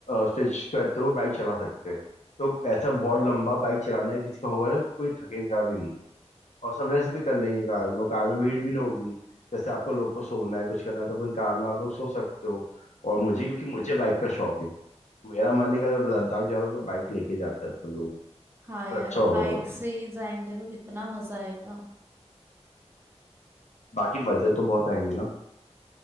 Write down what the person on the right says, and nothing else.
हाँ
यार
बाइक
से ही जाएंगे तो कितना मजा आएगा